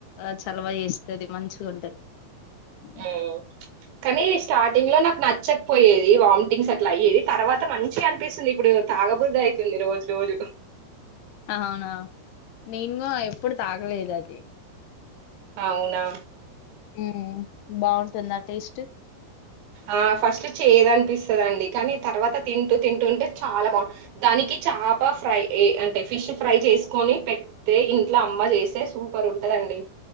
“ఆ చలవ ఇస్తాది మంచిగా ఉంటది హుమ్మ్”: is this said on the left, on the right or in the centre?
Left